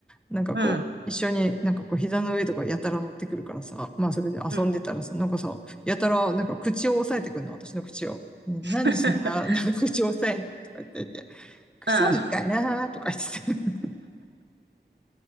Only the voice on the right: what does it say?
うん、
うん。
<laughs>
うんあ